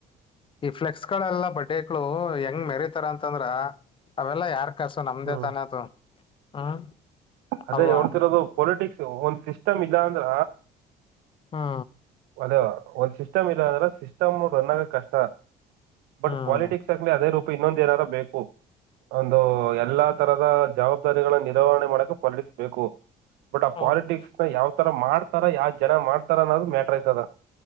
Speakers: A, on the left (about 30°); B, on the right (about 85°).
A: ಈ ಫ್ಲೆಕ್ಸ್ ಗಳೆಲ್ಲಾ ಬಟ್ಟೆಗಳು ಹೆಂಗ್ ಮೆರತಾರ ಅಂತಂದ್ರ ಅವೆಲ್ಲಾ ಯಾರ್ ಅಕಸು ನಮ್ದೇ
B: ಹ್ಮ್
A: ತಾನದುು ಹ್ಮ್
B: ಅದೇ
A: ಅಲ್ವಾ
B: ಹೋಡ್ತಿರೋದು ಪೊಲಿಟಿಕ್ಸ್ ಒಂದ್ ಸಿಸ್ಟಮ್ ಇಲ್ಲ ಅಂದ್ರ
A: ಹಾ
B: ಅದೇ ಒಂದ್ ಸಿಸ್ಟಮ್ ಇಲ್ಲ ಅಂದ್ರೆ ಸಿಸ್ಟಮ್ ರನ್ನಾಗ ಕಷ್ಟ ಬಟ್
A: ಹ್ಮ್
B: ಪಾಲಿಟಿಕ್ಸ್ ಲಿ ಅದೇ ರೂಪ ಇನ್ನೊ ನಾರ ಬೇಕು ಒಂದು ಎಲ್ಲಾ ತರದ ಜವಾಬ್ದಾರಿಗಳ ನಿರ್ವಹಣೆ ಮಾಡಕ ಪಾಲಿಟಿಕ್ಸ್ ಬೇಕು ಬಟ್ ಆ
A: ಹೌದು
B: ಪಾಲಿಟಿಕ್ಸ್ ಯಾವ್ರ ಮಾಡ್ತಾರ ಯಾವ್ ಜನ ಮಾಡ್ತಾರ ಅನ್ನೋದು ಮ್ಯಾಟ್ರ ಆಯ್ತದ